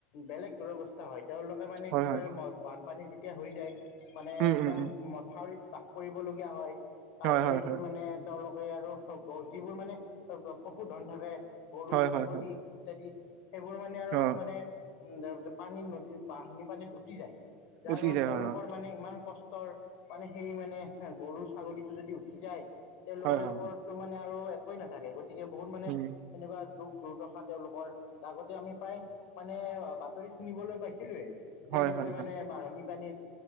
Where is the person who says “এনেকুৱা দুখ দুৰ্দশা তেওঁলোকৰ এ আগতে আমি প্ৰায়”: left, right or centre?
Left